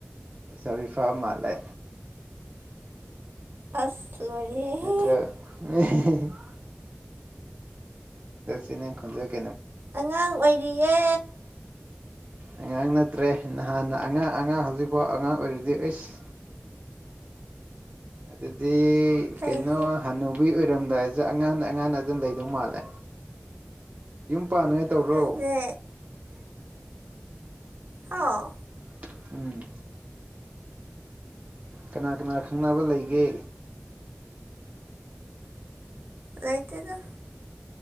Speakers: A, on the right; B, on the right.
A: ꯂꯩꯕꯤ ꯐꯥꯃꯂꯦ
B: ꯑꯁ ꯂꯣꯏꯔꯦꯍꯦ
A: ꯅꯠꯇ꯭ꯔꯥ <unintelligible> ꯗꯦꯛꯁꯤꯅꯦ ꯈꯣꯟꯖꯦꯛ
B: ꯑꯉꯥꯡ ꯑꯣꯏꯔꯤꯌꯦ
A: ꯑꯉꯥꯡ ꯅꯠꯇ꯭ꯔꯦ ꯅꯍꯥꯟ ꯑꯉꯥꯡ ꯑꯉꯥꯡ ꯍꯧꯖꯤꯛꯐꯥꯎ ꯑꯉꯥꯡ ꯑꯣꯏꯔꯤꯗꯤ ꯑꯣꯏꯁ ꯑꯗꯨꯗꯤ
B: ꯆꯍꯤ
A: ꯀꯩꯅꯣ ꯍꯅꯨꯕꯤ ꯑꯣꯏꯔꯝꯗꯥꯏꯁꯨ ꯑꯉ ꯑꯉ ꯑꯗꯨꯝ ꯂꯩ ꯃꯥꯜꯂꯦ ꯌ ꯄꯥꯅ ꯇꯧꯔꯣ
B: ꯍꯥꯏꯁꯦ ꯍꯥ
A: ꯎꯝ ꯎꯝ ꯀꯅꯥ ꯀꯅꯥ ꯈꯪꯅꯕ ꯂꯩꯒꯦ
B: ꯂꯥꯏꯇꯩꯅꯣ